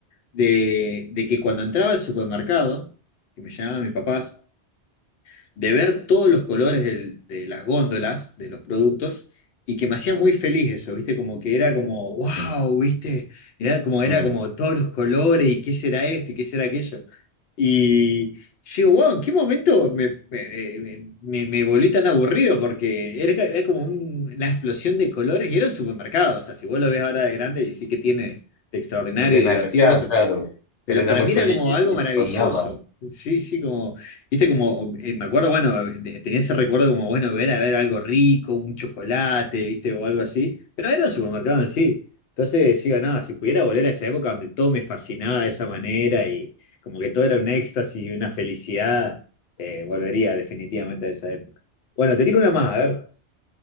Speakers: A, on the left; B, on the left.
A: de, de que cuando entraba al supermercado, que me llamaban mis papás, de ver todos los colores del- de las góndolas, de los productos, y que me hacía muy feliz eso, ¿viste? Como que era como, wow,
B: <laughs>
A: ¿viste? Era como, era
B: Mm. Ujú.
A: como todos los colores, y qué será esto, y qué será aquello. Y yo digo, wow, ¿en qué momento me, me, me- me- me volví tan aburrido? Porque era, era como un- una explosión de colores y era un supermercado. O sea, si vos lo ves ahora de grande, y sí que tiene de extraordinario
B: No tiene
A: y divertido
B: nada especial,
A: eso.
B: claro,
A: Pero
B: pero era
A: para
B: muy
A: mí
B: feliz
A: era como algo maravilloso.
B: con nada.
A: Sí, sí, como, viste, como, eh, me acuerdo, bueno, de- tenía ese recuerdo como, bueno, ver a ver algo rico, un chocolate, viste, o algo así. Pero era un supermercado en sí. Entonces, yo digo, no, si pudiera volver a esa época donde todo me fascinaba de esa manera y como que todo era un éxtasis y una felicidad, eh, volvería definitivamente a esa época. Bueno, te tiro una más, a ver.